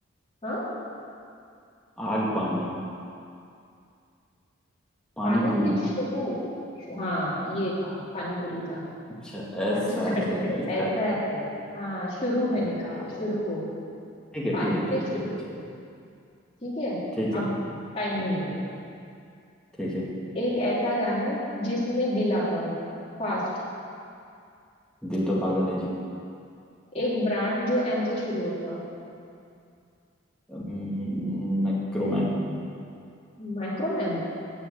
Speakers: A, on the left; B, in the centre.
A: हाँ
B: आग पानी पानी
A: पानी
B: पूरी
A: से शुरू हाँ ये था पानी पूरी था
B: अच्छा
A: क्या
B: ऐसा
A: तुम करते
B: क्या है
A: हो
B: इस
A: ऐसा
B: टाइप का
A: है हाँ शुरू मैंने
B: ओके
A: कहा
B: ओके
A: शुरू हो
B: ठीक है
A: पानी
B: ठीक है ठीक
A: से
B: है
A: शुरू
B: ठीक है चले
A: ठीक है
B: ठीक है
A: अब टाइम
B: हम्म,
A: नहीं लेना
B: ठीक है
A: एक ऐसा गाना जिसमें दिल आता हो फास्ट
B: दिल तो पागल है जी
A: एक ब्रांड जो एम से शुरू होता हो
B: हम्म, मैक्रोमैन
A: माइक्रोमैन